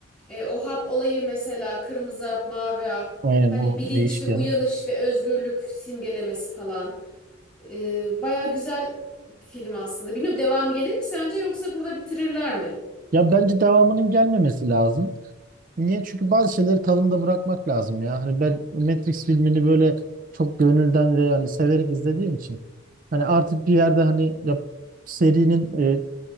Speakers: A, in the centre; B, on the right (about 40°).
A: e, o hap olayı mesela kırmızı hap, mavi hap.
B: Aynen
A: Hani
B: o
A: bilinçli
B: değişken.
A: uyanış ve özgürlük simgelemesi falan. E, baya güzel film aslında. Bilmiyorum devamı gelir mi sence yoksa burada bitirirler mi?
B: Ya bence devamının gelmemesi lazım. Niye? Çünkü bazı şeyleri tadında bırakmak lazım ya. Hani ben Matrix filmini böyle çok gönülden ve yani severek izlediğim için hani artık bir yerde hani ya serinin e,